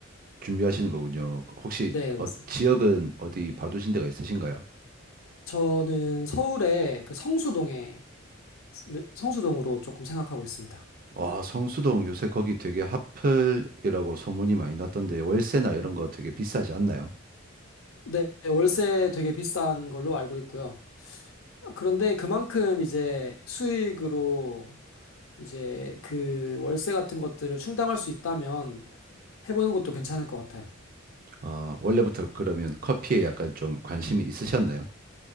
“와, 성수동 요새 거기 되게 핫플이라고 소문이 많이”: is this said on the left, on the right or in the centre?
Right